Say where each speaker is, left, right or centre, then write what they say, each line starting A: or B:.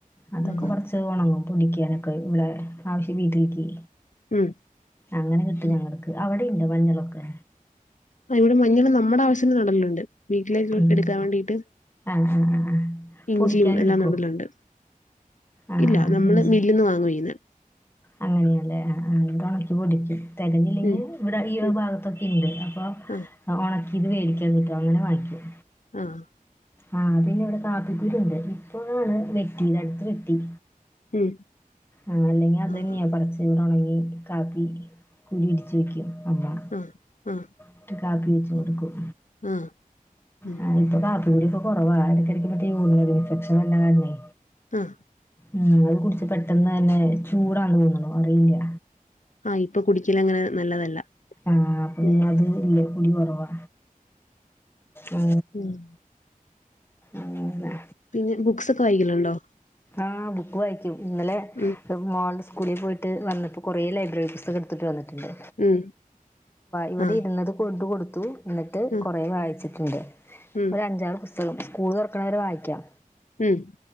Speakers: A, on the left (about 15°); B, on the left (about 60°).
A: അതൊക്കെ
B: ഉം
A: പറിച്ച് ഒണങ്ങും പൊടിക്കാന് ഒക്കെ ഇവിടെ ആവിശ്യം വീട്ടിൽക്ക്
B: ഉം
A: അങ്ങനെ കിട്ടും
B: ഉം
A: ഞങ്ങൾക്ക് അവിടെ ണ്ട് മഞ്ഞള് ഒക്കെ
B: ആ ഇവിടെ മഞ്ഞള് നമ്മടെ ആവശ്യത്തിന് നടലുണ്ട് വീട്ടിലേക്ക്
A: ആഹ്
B: എടുക്കാൻ വേണ്ടിട്ട്
A: ആഹ് ആഹ്
B: ഇഞ്ചിയും
A: പൊടിക്കാനെടുക്കോ
B: എല്ലാം നടലുണ്ട്
A: ആഹ്
B: ഇല്ല
A: ആഹ്
B: നമ്മള്
A: ഇഞ്ചി
B: മില്ലിന്ന് വാങ്ങുവായിരുന്നു
A: അങ്ങനെയല്ലേ ഉണക്കി പൊടിക്കും തികഞ്ഞില്ലെങ്കിൽ
B: ഉം
A: ഇവിടെ ഈ
B: ഉം
A: ഒരു ഭാഗത്തൊക്കെണ്ട് അപ്പ
B: ആഹ്
A: ഒണക്കി ഇത് വേടിക്കാൻ കിട്ടും അങ്ങനെ വാങ്ങിക്കും
B: ആഹ്
A: ആഹ് പിന്നെ ഇവിടെ കാപ്പിക്കുരു ഇണ്ട് ഇപ്പോണ് വെട്ടിത് അടുത്ത് വെട്ടി
B: ഉം
A: ആ അല്ലെങ്കിൽ അത്
B: ആഹ്
A: തന്നെയാ പറിച്ച് കൂടെ ഉണങ്ങി കാപ്പി കുരു ഇടിച്ച് വെക്കും അമ്മ
B: ആഹ് ആഹ്
A: ഇട്ട് കാപ്പി വെച്ച് കൊടുക്കും
B: ആഹ് ആഹ് ഉം
A: ആ ഇപ്പ കാപ്പി കൂടി ഒക്കെ കൊറവാണ് എടക്ക് എടക്ക് ഒക്കെ യൂറില് ഇൻഫെക്ഷൻ വരണ കാരണേ
B: ആഹ്
A: ഉം അത് കുടിച്ച് പെട്ടെന്ന് തന്നെ ചൂടാണ് തോന്നുന്നു അറിയില്ല
B: ആഹ് ഇപ്പൊ കുടിക്കലങ്ങനെ നല്ലതല്ല
A: ആഹ് അപ്പൊ പിന്നെ
B: ഉം
A: അത് ലെകൂടി കുറവാ അ
B: ഉം
A: അങ്ങനെ
B: പിന്നെ ബുക്‌സൊക്കെ വായിക്കലുണ്ടോ
A: ആഹ ബുക്ക് വായിക്കും ഇന്നലെ
B: ഉം
A: ഇപ്പോ മോൾടെ സ്കൂളിൽ പോയിട്ട് വന്നപ്പോൾ കുറെ ലൈബ്രറി പുസ്ത എടുത്തിട്ട് വന്നു ട്ടുണ്ട്
B: ഉം
A: ഇവിടെ
B: ആഹ്
A: ഇരുന്നത് കൊണ്ട് കൊടുത്തു എന്നിട്ട്
B: ഉം
A: കൊറെ വായിച്ചിട്ട ണ്ട്
B: ഉം
A: ഒരു അഞ്ചാറ് പുസ്തകം സ്കൂൾ തുറക്കണവരെ വായിക്കാം
B: ഉം